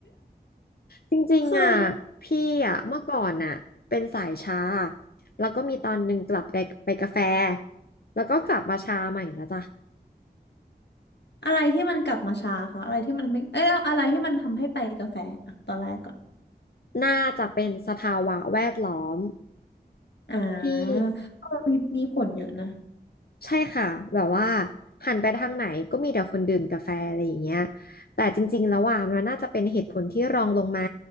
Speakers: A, on the left; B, on the left.
A: จริงๆอ่ะ
B: คือ
A: พี่อ่ะเมื่อก่อนอ่ะเป็นสายชาแล้วก็มีตอนหนึ่งกลับไปไปกาแฟแล้วก็กลับมาชาใหม่แล้วจ้ะ
B: อะไรที่มันกลับมาช้าคะอะไรที่มันทำให้เอ้ยเอาอะไรที่มันทำให้ไปกาแฟอะตอนแรกก่อน
A: น่าจะเป็นสภาวะแวดล้อม
B: อ่าเออมีมีผลเยอะนะ
A: ที่ ใช่ค่ะแบบว่าหันไปทางไหนก็มีแต่คนดื่มกาแฟอะไรอย่างเงี้ยแต่จริงๆแล้วอ่ะมันน่าจะเป็นเหตุผลที่รองลงมา